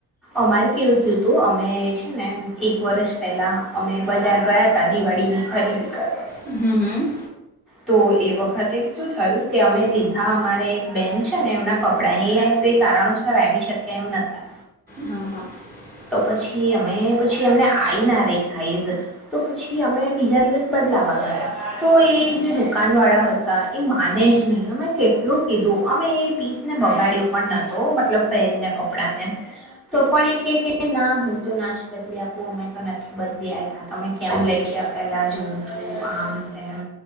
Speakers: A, in the centre; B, on the right (about 20°).
A: અમારે કેવું થયું હતું અમે છે ને, એક વર્ષ પહેલાં અમે બજાર ગયા તા દિવાળીની ખરીદી કરવા
B: હમ્મ, હમ્મ.
A: તો એ વખતે શું થયું કે અમે લીધા અમારે એક બેન છે ને એમના કપડા. એ કઈ કારણોસર આવી શક્યા એમ નતા
B: હા, હા.
A: તો પછી
B: હમ હમ હમ
A: અમે પછી એમને આઈ ના રહી સાઈઝ તો પછી અમે બીજા દિવસ બદલાવા ગયા તો એ જે દુકાન વાળા હતા એ માને જ નહી અમે કેટલું કીધું અમે એ પીસને બગાડ્યો પણ નતો મતલબ પહેરીને કપડાને તો પણ એ કે કે ના હું તો ના જ બદલી આપું અમે તો નથી બદલી આવતા તમે કેમ લઈ ગયા પેલા જોઉ તું આમ તેમ